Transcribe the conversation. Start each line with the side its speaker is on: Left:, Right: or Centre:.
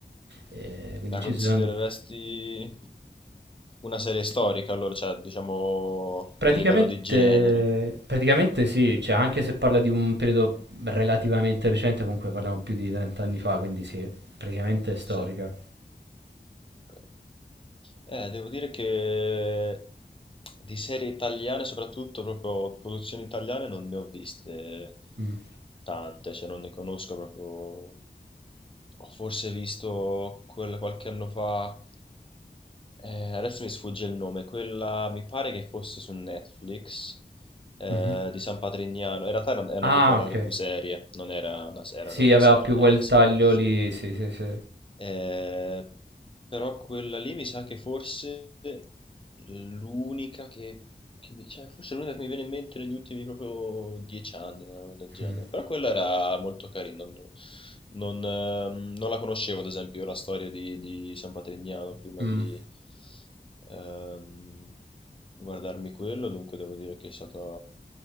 Right: Eh, quindi
Left: La
Right: ci
Left: considereresti
Right: sono...
Left: una serie storica, allora, cioè, diciamo
Right: Praticamente,
Left: a livello di genere.
Right: praticamente sì, cioè anche se parla di un periodo relativamente recente, comunque parliamo più di 30 anni fa, quindi sì, praticamente è storica.
Left: Sì. Ok. Eh, devo dire che di serie italiane, soprattutto proprio produzioni italiane, non ne ho viste
Right: Mm,
Left: tante, cioè non ne conosco proprio. Ho forse visto quella qualche anno fa, eh, adesso mi sfugge il nome, quella mi pare che fosse su Netflix. eh,
Right: mhm.
Left: di San Patrignano, in realtà era era
Right: Ah,
Left: una, era una
Right: ok.
Left: docuserie, non era una, era
Right: Sì,
Left: una docuserie,
Right: aveva più
Left: non
Right: quel
Left: era una serie.
Right: taglio lì, sì, sì, sì.
Left: Ehm, però quella lì mi sa che forse l'unica che, che mi, cioè forse l'unica che mi viene in mente negli ultimi proprio dieci anni, una roba del genere.
Right: Mm,
Left: Però quella era molto carina. Non, non, ehm, non la conoscevo, ad esempio, la storia di, di San Patrignano prima
Right: mm.
Left: di ehm, guardarmi quello, dunque devo dire che è stata